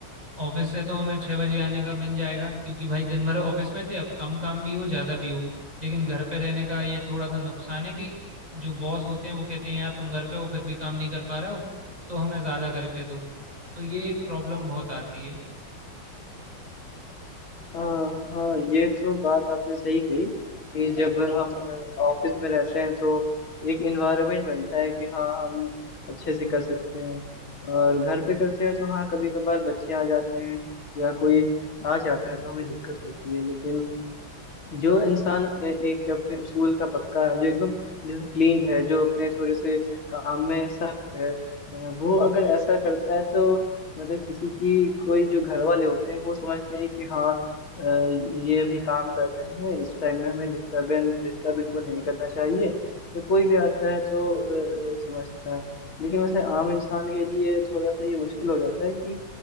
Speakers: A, on the right (about 20°); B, on the left (about 80°).
A: ऑफिस से तो हमें छह बजे आने का मिल जाएगा क्योंकि भाई दिन भर ऑफिस में थे अब कम काम भी हो ज्यादा भी हो लेकिन घर पे रहने का ये थोड़ा सा नुकसान है कि जो बॉस होते हैं वो कहते हैं यार तुम घर पे हो फिर भी काम नहीं कर पा रहे हो तो हमें ज्यादा करके दो तो ये एक प्रॉब्लम बहुत आती है
B: हाँ हाँ ये तो बात आपने सही कही कि जब हम ऑफिस में रहते हैं तो एक इन्वायरमेंट बनता है कि हाँ हम अच्छे से कर सकते हैं और घर पे करते हैं तो हाँ कभी कभार बच्चे आ जाते हैं या कोई आ जाता है तो हमें दिक्कत होती है लेकिन जो इंसान ए- एक अपने उसूल का पक्का है जो एकदम डिसिप्लिन्ड है जो अपने थोड़े से काम में सख्त है अ, वो अगर ऐसा करता है तो मतलब किसी की कोई जो घर वाले होते हैं वो समझते हैं कि हाँ अ, ये अभी काम कर रहे हैं इस टाइम में हमें डिस्टर्बेंस डिस्टर्ब इनको नहीं करना चाहिए या कोई भी आता है तो अ, समझता है लेकिन वैसे आम इंसान के लिए थोड़ा सा ये मुश्किल हो जाता है कि